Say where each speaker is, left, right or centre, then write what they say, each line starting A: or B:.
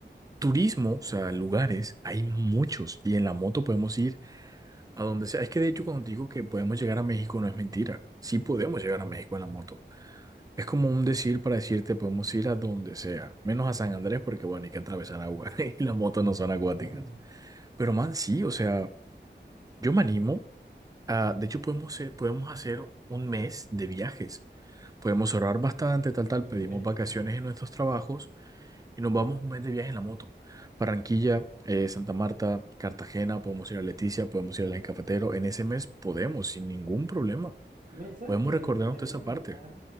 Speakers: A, on the right; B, on the right.
A: turismo, o sea, lugares, hay muchos y en la moto podemos ir a donde sea. Es que de hecho cuando te digo que podemos llegar a México no es mentira. Sí podemos llegar a México en la moto. Es como un decir para decirte podemos ir a donde sea, menos a San Andrés porque bueno, hay que atravesar agua <laughs> y las motos no son acuáticas.
B: Ah,
A: Pero man, sí, o sea, yo me animo. Ah, de hecho, podemos, eh, podemos hacer un mes de viajes. Podemos ahorrar bastante, tal, tal.
B: oye,
A: Pedimos
B: buena
A: vacaciones
B: idea.
A: en nuestros trabajos y nos vamos un mes de viaje en la moto. Barranquilla, eh, Santa Marta, Cartagena, podemos ir a Leticia, podemos ir al Eje Cafetero. En ese mes podemos, sin ningún problema.
B: Me- sabes
A: Podemos
B: que
A: recordarnos
B: me gustaría
A: de esa
B: llegar,
A: parte.